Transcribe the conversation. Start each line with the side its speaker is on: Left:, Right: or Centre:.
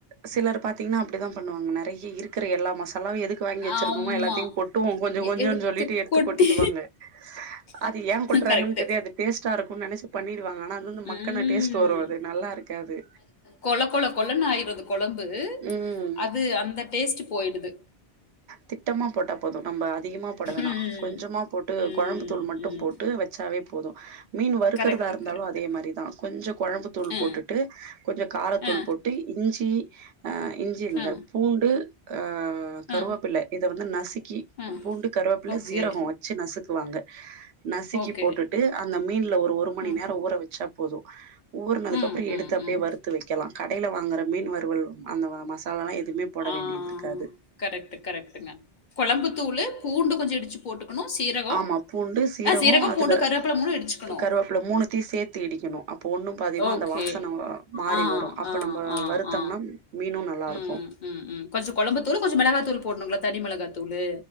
Right: சிலர் பாத்தீங்கன்னா அப்டித்தா பண்ணுவாங்க நெறைய இருக் க்குற எல்லா மசாலாவு எதுக்கு வாங்கி வச்சிருக்கோமோ
Left: ஆமா.
Right: எல்லாத்தையு கொட்டுவோ கொஞ்சோ
Left: எ
Right: கொஞ்சோன் சொல்லிட்டு எடுத்து
Left: கொட்டி
Right: கொட்டிடுவாங்க அது ஏங்கொட்றாங்கன்
Left: கரெக்ட்டு.
Right: தெரியாது டேஸ்ட்டா இருக்குன் நெனைச்சு பண்ணிடுவாங்க ஆனா அது வந்து மக்குன
Left: ம்.
Right: டேஸ்ட் வரு அது நல்லா இருக்காது
Left: கொழ கொழ கொழன் ஆயிரு அந்த கொழம்பு
Right: ம்
Left: அது அந்த டேஸ்ட் போயிடுது
Right: திட்டமா போட்டா போது நம்ப அதிகமா போட வேணா
Left: ம்.
Right: கொஞ்சமா போட்டு
Left: ம்.
Right: கொழம்புத்தூள் மட்டு
Left: ம்.
Right: போட்டு வச்சாவே போது மீன் வறுக்குறதா
Left: கரெக்ட்,
Right: இருந்தாலு
Left: கரெக்ட்.
Right: அதே மாரி தா கொஞ்சோ கொழம்பு தூள்
Left: அ,
Right: போட்டுட்டு கொஞ்சோ காரத்தூள்
Left: அ,
Right: போட்டு இஞ்சி அ இஞ்சி இல்ல
Left: அ,
Right: பூண்டு ஆ கருவேப்பில்ல
Left: அ,
Right: இத வந்து நசுக்கி
Left: அ.
Right: பூண்டு கருவேப்பில
Left: ஓகே,
Right: சீரகோ வச்சு நசுக்குவாங்க நசுக்கி
Left: ஓகே.
Right: போட்டுட்டு அந்த மீன்ல ஒரு மணி
Left: ம்.
Right: நேரோ ஊற வச்சா போது ஊர்னதுக்கப்றோ
Left: ம்,
Right: எடுத்து
Left: ம்,
Right: அப்டியே
Left: ம்.
Right: வறுத்து வைக்கலா கடைல வாங்குற மீன் வறுவல் அந்த மசாலாலா எதுமே போட
Left: ஆ
Right: வேண்டியது இருக்காது
Left: கரெக்ட்டு கரெக்ட்டுங்க கொழம்புத்தூளு பூண்டு கொஞ்சோ இடிச்சி போட்டுக்குணு சீரகோ
Right: ஆமா பூண்டு
Left: சீரகோ
Right: அதுல
Left: பூண்டு கருவேப்புல மூணு இடிச்சுக்கணு
Right: கருவேப்பில மூணுத்தையு சேத்து இடிக்கணு அப்போ ஒண்ணு பாதியுமா
Left: ஓகே
Right: அந்த வாசன மாறி
Left: ஆ
Right: வரு அப்ப
Left: ஆ
Right: நம்ம
Left: ஆ
Right: வருத்தம்னா
Left: ஆ
Right: மீனு நல்லாருக்கு
Left: ம் கொஞ்சோ கொழம்புத்தூளு கொஞ்சோ மெளகாத்தூள் போட்ணுங்களா தனி மெளகாத்தூளு